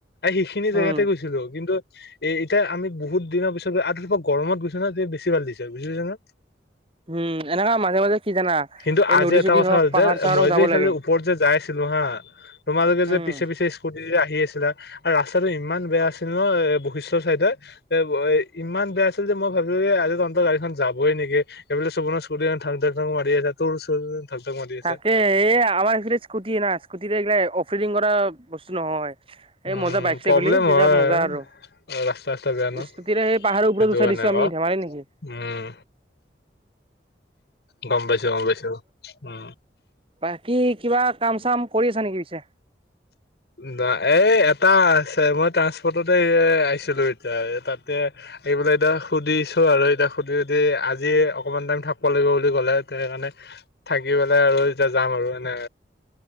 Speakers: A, on the left; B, on the right.
A: সেইখিনি জেগাতে
B: উম,
A: গৈছিলোঁ কিন্তু। এতিয়া আমি বহুত দিনৰ পিছত আৰু তাৰপৰা গৰমত গৈছোঁ ন বেছি ভাল দিছে বুজি পাইছা নে।
B: উম, এনেকা মাজে মাজে কি জানা
A: কিন্তু
B: এই
A: আজি
B: নদী
A: এটা
B: চদী
A: কথা
B: হওক
A: হ'ল
B: পাহাৰ
A: যে
B: চাহাৰক
A: মই
B: যাব
A: যে ইফালে
B: লাগে।
A: ওপৰত যে যাই আছিলোঁ হা তোমালোকে যে
B: উম।
A: পিছে পিছে স্কুটি যদি। সি আছিলে আৰু ৰাস্তাটো ইমান বেয়া আছিল ন এ। বশিষ্ট চাইডত এ ইমান বেয়া আছিল যে, মই ভাবিলোঁ আজি তহঁতৰ গাড়ীখন যাবই নেকি, এইফালে চব স্কুটি ঠাং ঠাং মাৰি আছে তোৰ। ধাক ধাক মাৰি আছে
B: তাকে এইয়া আমাৰ ফালে স্কুটি না স্কুটিৰে এইগিলা। ফিডিং কৰা বস্তু নহয়।
A: উম
B: এই মজা বাইক চাই
A: প্ৰব্লেম
B: হ'লে। তেতিয়া
A: হয়
B: মজা আৰু
A: ৰাস্তা চাস্তা বেয়া ন
B: স্কুটিৰে, সেই পাহাৰৰ ওপৰত
A: সেইটো
B: উঠাই
A: কাৰণে
B: দিছোঁ
A: আকৌ
B: আমি ধেমালি নেকি?
A: উম গম পাইছোঁ গম পাইছোঁ ওম।
B: পাই। কি কিবা কাম চাম কৰি আছা নেকি পিছে,
A: ন এই এটা আছে মই ট্ৰাসপৰ্টতে আহিছিলো এতিয়া তাতে আহি পেলাই এতিয়া সুধিছো আৰু এতিয়া সুধি আজি অকমান টাইম থাকিব লাগিব বুলি কলে সেইকাৰণে থাকি পেলাই আৰু এতিয়া যাম আৰু এনে